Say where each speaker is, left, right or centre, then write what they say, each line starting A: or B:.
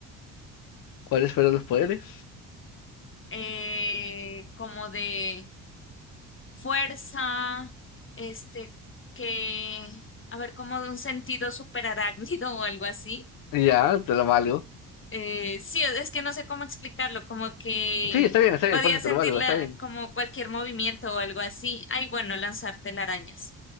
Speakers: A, on the left; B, on the left.
A: ¿cuáles fueron los poderes?
B: Eh, como de fuerza, este, que, a ver, como de un sentido superarácnido o algo así.
A: Ya, te lo valgo.
B: Eh, sí, es que no sé cómo explicarlo, como que
A: Sí, está bien, está
B: podía
A: bien, por eso
B: sentirla
A: te lo valgo, está bien.
B: como cualquier movimiento o algo así. Ay, bueno, lanzar telarañas.